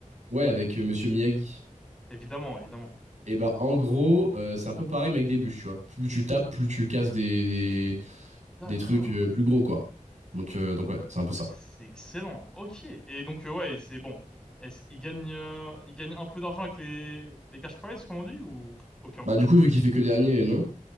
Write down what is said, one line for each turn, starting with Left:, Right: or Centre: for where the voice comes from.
Right: Ouais, avec euh, Monsieur Miyagi.
Centre: Évidemment, évidemment.
Right: Et ben, en gros, euh, c'est un peu pareil, mais avec des bûches, tu vois. Plus tu tapes, plus tu casses des, des,
Centre: D'accord.
Right: des trucs euh, plus gros, quoi. Donc, euh, donc ouais, c'est un peu ça.
Centre: C'est excellent. Ok. Et donc, euh, ouais, c'est bon. Est-ce qu'il gagne, euh, il gagne un peu d'argent avec les, les cash prizes, comme on dit, ou aucun?
Right: Bah du coup, vu qu'il fait que dernier, non.